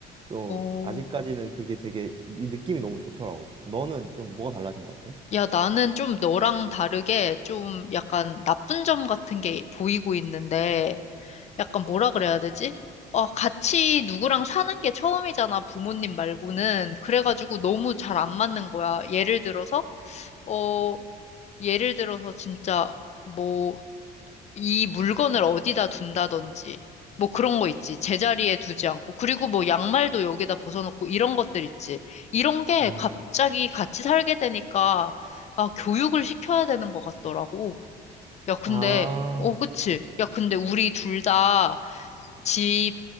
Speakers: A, on the right; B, on the left.
A: 좀
B: 오.
A: 아직까지는 그게 되게 이 느낌이 너무 좋더라고. 너는 좀 뭐가 달라진 것 같아?
B: 야, 나는 좀 너랑 다르게 좀 약간 나쁜 점 같은 게 보이고 있는데, 약간 뭐라 그래야 되지? 어, 같이 누구랑 사는 게 처음이잖아, 부모님 말고는. 그래가지고 너무 잘 안 맞는 거야. 예를 들어서, 어, 예를 들어서 진짜 뭐, 이 물건을 어디다 둔다든지, 뭐 그런 거 있지. 제자리에 두지 않고. 그리고 뭐 양말도 여기다 벗어놓고 이런 것들 있지. 이런 게
A: 음.
B: 갑자기 같이 살게 되니까, 아, 교육을 시켜야 되는 것 같더라고. 야, 근데,
A: 아,
B: 어, 그치.
A: 그렇지,
B: 야, 근데
A: 그렇지.
B: 우리 둘 다, 집,